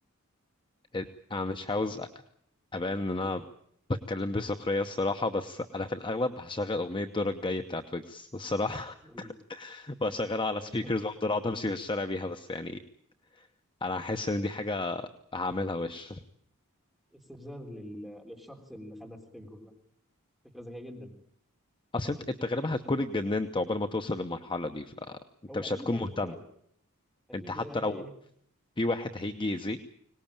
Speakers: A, on the left; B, in the centre.
A: أ- انا مش عاوز أ- ابان ان انا بتكلم بسخرية الصراحة بس انا في الاغلب هشغل اغنية دورك الجاي بتاعت ويجز الصراحة
B: ويجز
A: <laughs> وهشغلها
B: صراحة
A: على سبيكرز وافضل اقعد امشي في الشارع بيها بس يعني انا هحس ان دي حاجة هعملها وش
B: استفزاز لل... للشخص اللي خلى السفر دي كلها فكرة ذكية جدا
A: اصل انت انت غالبا هتكون اتجننت عقبال ما توصل للمرحله دي فانت
B: هو
A: مش
B: أكيد
A: هتكون
B: يعني
A: مهتم
B: أنت فاهم أكيد
A: انت حتى
B: يعني
A: لو
B: إيه،
A: في واحد هيجي يأذيك